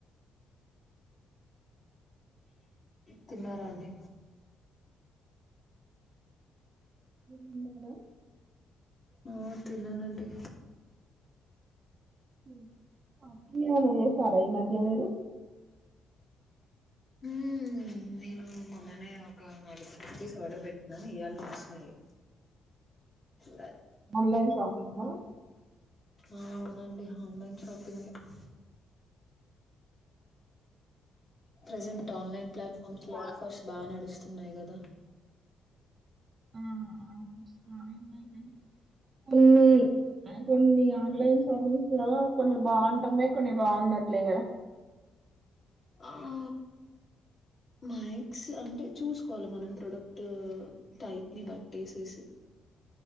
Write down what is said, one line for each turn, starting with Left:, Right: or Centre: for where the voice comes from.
Left: తిన్నారా అండి.
Right: తిన్నారా
Left: ఆ తిన్నానండి
Right: హ్మ్ షాపింగ్ ఏమైనా చేసారా ఇ మధ్య మీరు
Left: హుమ్మ్ నేను మొన్ననే ఒక నాలుగ్ కుర్తిస్ ఆర్డర్ పెట్టినా. ఈయల్నే ఒచ్చినాయ్ చూడాలే.
Right: ఆన్లైన్ షాపింగ్ ఆహ్
Left: ఆ అవునండి ఆన్లైన్ షాపింగ్ ఎ ప్రెజెంట్ ఆన్లైన్ ప్లాట్ఫార్మ్స్ లో ఆఫర్స్ బా నడుస్తున్నాయ్ కదా
Right: ఆ ఆఫర్స్ బానే ఉన్నయ్ కని కొన్ని కొన్ని ఆన్లైన్ షాపింగ్స్లా కొన్ని బావుంటన్నాయ్ కొన్ని బాగుండట్లే కద
Left: ఆవ్ మైక్స్ అంటే చూసుకోవాల్ మనం ప్రొడక్ట్ టైప్ ని బట్టేసేసి